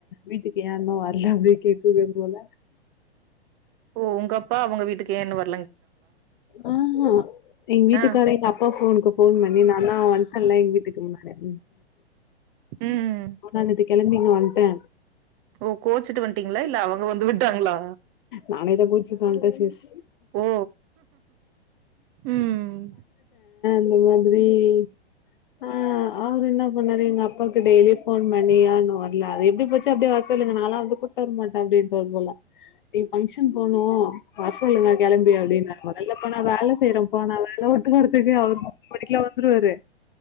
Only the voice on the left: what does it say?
வீட்டுக்கு ஏ இன்னு வர்ல அப்டி அப்டே கேட்குவே போல
அ ஆ எங்க வீட்டுகாரு
எங்க அப்பா ஃபோனு க்கு ஃபோன் பண்ணி நானா வன்டல்ல எங் வீட்டுக்கு முன்னாடி <unintelligible>
முன்த்தா நேத்து கெளம்பி இங்க வன்ட்டே
நானேதா கோச்சிட்டு வன்ட்ட சிஸ்
<unintelligible> அ அவரு என்ன பண்ணாரு எங்க அப்பாவுக்கு டெய்லியு ஃபோன் பண்ணி ஏ இன்னு வரல அது எப்படி போச்சோ அப்டே சொல்லுங்க நாளா வந்து கூப்ட் வரமாட்ட அப்டின்னு சொல் போல ங்க பங்க்ஷன் போணு வர சொல்லுங்க கெளம்பி அப்டின்னாரு நல்ல ப்பா நா வேல செய்றப்பா நா வேல உட்டு வரதுக்கே அவரு <unintelligible> மணிக்குல்லா வந்துருவாரு